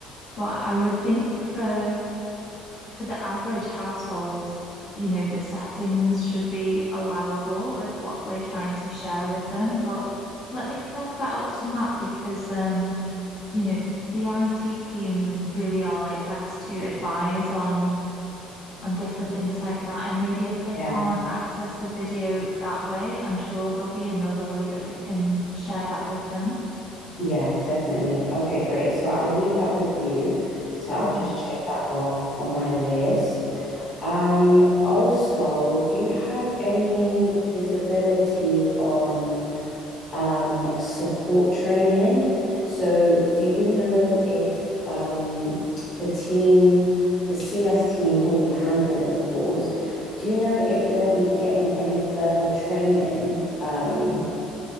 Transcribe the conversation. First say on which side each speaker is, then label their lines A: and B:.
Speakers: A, on the left; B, on the left.
A: But I would think for for the average household, you know, the settings should be allowable with what we're trying to share with them. But let me flag that up to Matt because um, you know, the IT team really are like best to advise on on different things like that. And maybe if they can't
B: Yeah.
A: access the video that way, I'm sure there'll be another way that we can share that with them.
B: Yeah, definitely. Okay, great. So I'll leave that with you. So I'll
A: Mhm.
B: just check that off on my list. Um, also, do you have any visibility on um support training? So do you know if um the team, the CS team who'll be handling the calls, do you know if they'll be getting any further training? Um